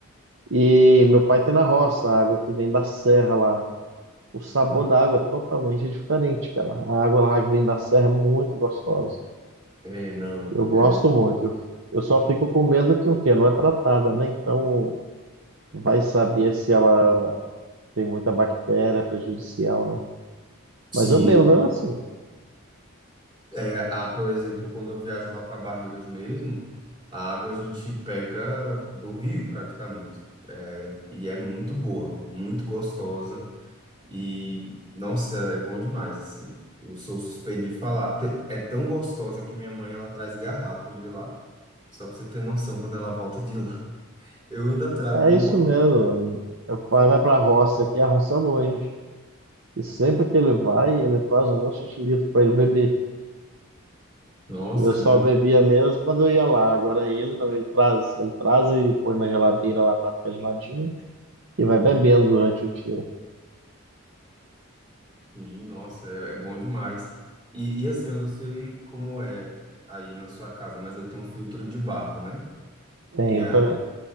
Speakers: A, on the right (about 60°); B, on the right (about 20°).
A: E meu pai tem na roça a água que vem da serra lá. O sabor
B: Não,
A: da água é totalmente diferente, cara. A água lá que vem da serra é muito gostosa.
B: é, não.
A: Eu gosto
B: É,
A: muito. Eu, eu só fico com medo que o quê? Não é tratada, né? Então vai saber se ela tem muita bactéria prejudicial, né?
B: sim.
A: Mas eu bebo mesmo assim.
B: É, a, por exemplo, quando eu viajo lá para Barreiras mesmo, a água a gente pega do rio praticamente. É, e é muito boa, muito gostosa. E, nossa, é bom demais, assim. Eu sou suspeito de falar. Te- É tão gostosa que minha mãe, ela traz garrafas de lá. Só para você ter noção, quando ela volta de lá. Eu ainda trago
A: É
B: um
A: isso mesmo. Meu
B: Mas
A: pai
B: é bom.
A: vai para a roça aqui, a roça é longe. E sempre que ele vai, ele traz um monte de litro para ele beber.
B: Nossa,
A: Eu
B: é
A: só
B: bom.
A: bebia mesmo quando eu ia lá. Agora ele não, ele traz, ele traz e põe na geladeira lá para ficar geladinho e vai bebendo durante o dia.
B: Sim, nossa, é, é bom demais. E, e assim, eu não sei como é aí na sua casa, mas eu tenho um filtro de barro, né?
A: Tem,
B: E
A: eu
B: aí,
A: também.